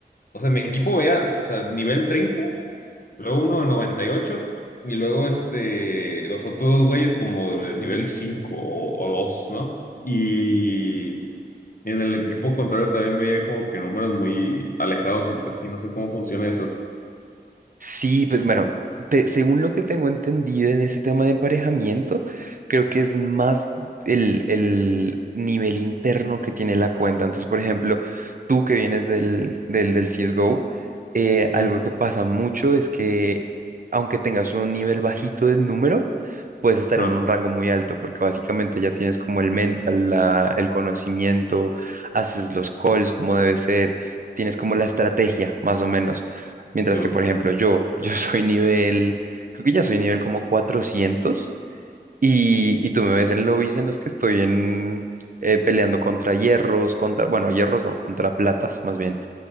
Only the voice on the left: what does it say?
O sea, mi equipo vea, o sea, nivel treinta luego uno de noventa y ocho y luego este, los otros dos güeyes como de nivel 5 o, o 2, ¿no? Y en el equipo contrario también veía como que números muy alejados entre sí, no sé cómo funciona eso.
Mm.
Ah,
peor.